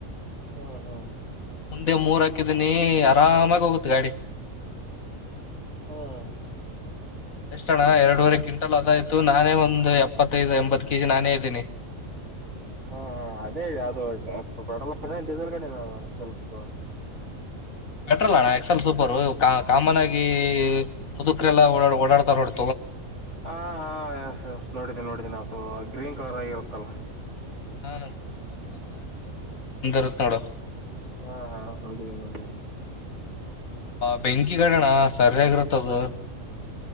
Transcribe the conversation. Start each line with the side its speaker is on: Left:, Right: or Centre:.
Right: ಹ್ಮ್ ಹ್ಮ್
Left: ಮುಂದೆ ಮೂರ್ ಹಾಕಿದೀನಿ ನೀ ಆರಾಮಾಗಿ ಹೋಗುತ್ತ ಗಾಡಿ
Right: ಹ್ಮ್
Left: ಎಷ್ಟ ಅಣ್ಣ ಎರಡೂುವರೆ ಕ್ವಿಂಟಲ್ ಅದಾಯ್ತು ನಾನೇ ಒಂದ್ ಎಪ್ಪತ್ತೈದು ಎಂಬತ್ತು ಕೆ ಜಿ ನಾನೇ ಇದ್ದೀನಿ.
Right: ಹಾ ಹ ಅದೇ ಅದು ಪೆಟ್ರೋಲ್ ಗಾಡಿನ ಡೀಸೆಲ್ ಗಾಡಿನ ಅದೂ ಸ್ವಲ್ಪ
Left: ಪೆಟ್ರಲ್ಲ ಅಣ್ಣ ಎಕ್ಸೆಲ್ ಸೂಪರ್ ಕಾಮನ್ ಆಗಿ ಮುದುಕರ ಎಲ್ಲಾ ಓಡಾಡ್ತಾರ ನೋಡ್
Right: ಹ ಹಾ ಎಸ್ ಎಸ್ ನೋಡಿದ್ದೀನಿ ನೋಡಿದ್ದೀನಿ ಅದು ಗ್ರೀನ್ ಕಲರ್ ಆಗಿರುತ್ತಲ್ಲ
Left: ಹ ರುತ್ ನೋಡೋ
Right: ಹಾ ಹಾ ನೋಡಿದ್ದಿನಿ ನೋಡಿದಿನಿ
Left: ಬೆಂಕಿ ಗಡಣ ಸರಿಯಾಗಿರುತ್ತದ